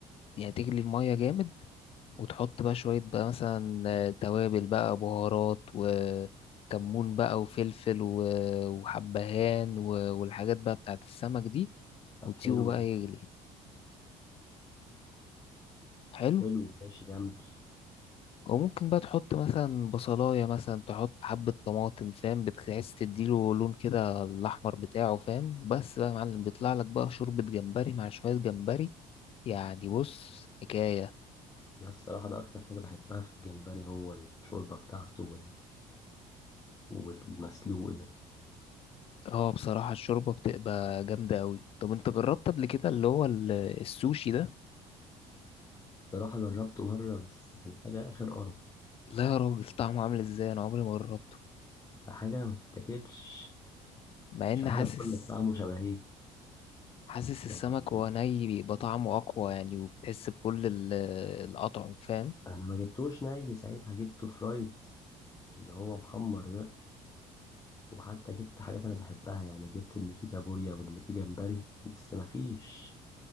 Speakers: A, on the left (about 45°); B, on the left (about 25°).
A: يعني تجلي المية جامد وتحط بقى شوية بقى مثلا آه، توابل بقى بهارات وكمون بقى وفلفل و... وحبهان و... والحاجات بقى بتاعت السمك دي
B: طب
A: وتسيبه
B: حلو
A: بقى
B: ده
A: يغلي حلو
B: حلو ماشي جميل
A: وممكن بقى تحط مثلا بصلاية مثلا تحط حبة طماطم فاهم بتحس تديله لون كده الأحمر بتاعه فاهم بس بقى يا معلم بيطلع لك بقى شوربة جمبري مع شوية جمبري يعني بص حكاية
B: بس الصراحة ده أكتر حاجة بحبها في الجمبري هو الشوربة بتاعته وال... والمسلوق ده
A: اه بصراحة الشوربة بتبقى جامدة أوي طب انت جربت قبل كده اللي هو ال- السوشي ده؟
B: صراحة جربته مرة بس كان حاجة آخر قرف
A: لا يا راجل طعمه عامل ازاي انا عمري ما جربته
B: حاجة ما تتاكلش
A: مع
B: مش
A: ان
B: عارف
A: حاسس
B: أقول لك طعمه شبه إيه
A: حاسس السمك
B: يعني
A: وهو ني بيبقى طعمه أقوى يعني وبتحس بكل ال- الأطعم فاهم
B: أنا ما جبتوش ني ساعتها جبته فرايد اللي هو محمر ده وحتى جبت حاجات أنا بحبها يعني جبت اللي فيه كابوريا واللي فيه جمبري بس ما فيش